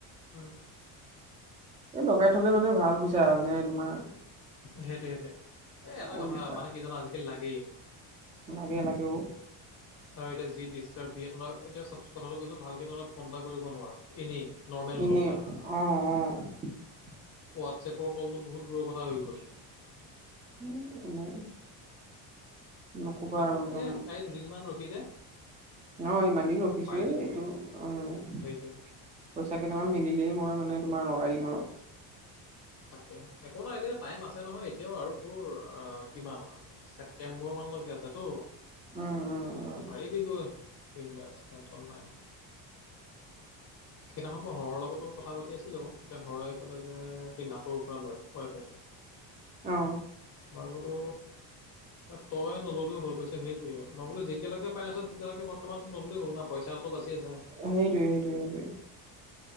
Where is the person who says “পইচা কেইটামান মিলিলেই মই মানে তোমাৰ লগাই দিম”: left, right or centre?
Right